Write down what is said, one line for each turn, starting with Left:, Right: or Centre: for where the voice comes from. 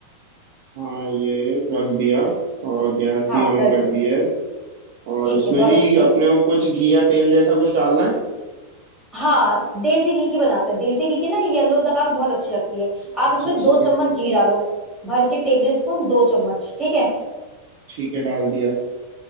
Right: हाँ ये रख दिया और गैस
Centre: हाँ
Right: भी ऑन
Centre: रख
Right: कर
Centre: दीजिए
Right: दी है और
Centre: ठीक
Right: इसमें
Centre: है बहुत
Right: भी
Centre: अच्छे
Right: अपने को कुछ घी या तेल जैसा कुछ डालना है
Centre: हाँ देसी घी की बनाते हैं देसी घी की ना येलो दाल बहुत अच्छी लगती है आप
Right: अच्छा
Centre: इसमें
Right: ठीक
Centre: दो
Right: है
Centre: चम्मच घी डालो भर के टेबल स्पून दो चम्मच ठीक है
Right: ठीक है डाल दिया